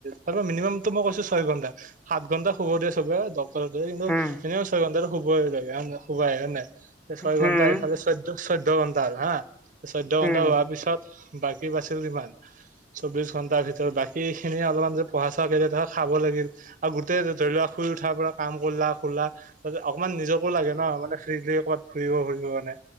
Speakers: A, on the right; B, in the centre.
A: হে মিনিমাম। তো মই কৈছো ছয় ঘন্টা সাত ঘন্টা শুব দিয়ে চবে দ কিন্তু
B: উম
A: এনেই ছয় ঘন্টাতো। শুবই হৈ লে শুবই হয় নাই ছয়
B: উম
A: ঘন্টা এইফালে চৈধ চৈধ্য ঘন্টা হল' হা। চৈধ্য
B: উম
A: ঘন্টা হোৱাৰ পিছত। বাকী বাছিল কিমান চৌবিশ ঘন্টাৰ ভিতৰত বাকী খিনিয়ে অলপমান যে পঢ়া চঢ়া কে যে ধ খাব লাগিল আৰু গোটেই ধৰি লোৱা শুই উঠাৰ পৰা কাম কৰলা শুলা। অকণমান নিজকো লাগে ন মানে ফ্ৰীলি ক'ৰবাত ফুৰিব ফুৰিব মানে